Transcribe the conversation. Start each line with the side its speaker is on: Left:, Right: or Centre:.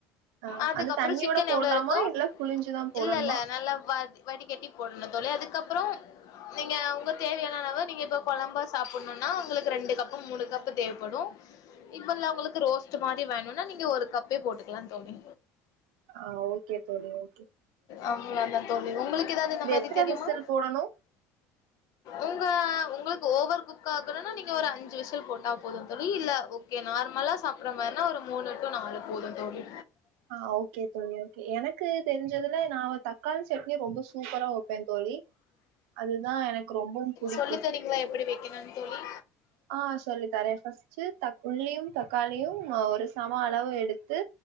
Right: ஆ
Left: அதுக்கப்றோ
Right: அது தண்ணியோட
Left: சிக்கன்
Right: போடலாமா
Left: எவ்வளோ இருக்கோ
Right: இல்ல புழிஞ்சுதா போடணுமா
Left: இல்ல இல்ல நல்லா பாதி வடி கட்டி போட்ணு தொழி அதுக்கப்றோ நீங்க உங்க தேவையான அளவு நீங்க இப்ப குழம்பா சாப்பட்ணுன்னா உங்களுக்கு ரெண்டு கப்பு மூணு கப்பு தேவைப்படு இப்ப இல்ல உங்களுக்கு ரோஸ்ட் மாரி வேணுனா நீங்க ஒரு கப்பே போட்டுக்கலா தோழி
Right: ஆ ஓகே தோழி ஓகே
Left: அவ்ளதா தோழி உங்ளுக்கு ஏதாவது இந்த
Right: இது
Left: மாரி
Right: எத்தன
Left: தெரியுமா
Right: விசில் போடணு
Left: உங்க உங்களுக்கு ஓவர் குக் ஆக்கணுனா நீங்க ஒரு அஞ்சு விஷல் போட்டா போது தோழி இல்ல உ ஓகே நார்மலா சாப்பட்ற மாரினா ஒரு மூணு டு நாலு போதும் தோழி
Right: ஆ ஓகே தோழி ஓகே எனக்கு தெரிஞ்சதுல நா தக்காளி சட்னி ரொம்ப சூப்பரா வப்பே தோழி அதுதா எனக்கு ரொம்பவு புடிக்
Left: சொல்லி தரீங்களா எப்பிடி வெக்கணுன்னு தோழி
Right: ஆ சொல்லி தரே ஃபர்ஸ்ட்டு உள்ளியும் தக்காளியும் ஒரு சம அளவு எடுத்து